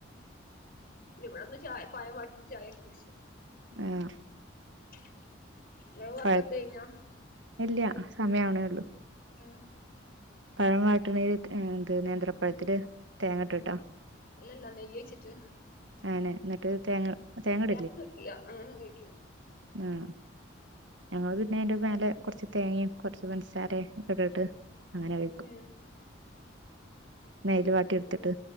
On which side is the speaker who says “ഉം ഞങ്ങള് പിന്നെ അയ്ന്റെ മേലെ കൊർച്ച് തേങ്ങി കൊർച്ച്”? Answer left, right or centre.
Right